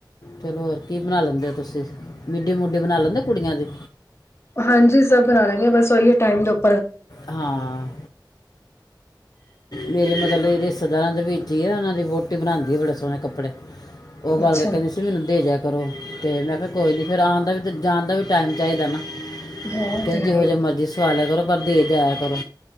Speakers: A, on the left (about 55°); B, on the left (about 35°).
A: ਚਲੋ ਔਰ ਕੀ ਬਨਾ ਲੈਂਦੇ ਔ ਤੁਸੀਂ, ਮਿੱਡੀ ਮੁੱਡੀ ਬਨਾ ਲੈਂਦੇ ਔ ਕੁੜੀਆਂ ਦੀ?
B: ਹਾਂਜੀ, ਸਭ ਬਨਾ ਲੈਣੀ ਆ, ਬਸ ਔਈਔ ਟਾਈਮ ਦੇ ਉਪ
A: ਹਾਂ ਮੇਰੀ ਮਤਲਬ ਏ ਰਿਸ ਸਰਦਾਰਾਂ ਦੇ ਵਿੱਚ ਈ ਐ, ਓਨਾਂ ਦੀ ਵੋਟੀ ਬਣਾਂਦੀ ਏ ਬੜੇ ਸੋਣੇ ਕੱਪੜੇ। ਔ ਬਲਕੇ
B: ਅੱਛਾ,
A: ਕੈੰਦੀ ਸੀ ਮੈਨੂੰ ਦੇ ਜਾ ਕਰੋ। ਤੇ ਮੈਂ ਕਿਆ ਕੋਈ ਨਹੀਂ ਫੇਰ ਆਣ ਦਾ ਵੀ ਤੇ ਜਾਣ ਦਾ ਵੀ ਟਾਈਮ ਚਾਹੀਦਾ ਨਾ‌
B: ਹਾਂ ਉਹ
A: ਕਹਿੰਦੇ
B: ਤੇ ਹੈ
A: ਜਿਹੋ ਜੇ
B: ਈ,
A: ਮਰਜ਼ੀ ਸਵਾ ਲਿਆ ਕਰੋ। ਪਰ ਦੇ ਜਾਇਆ ਕਰੋ।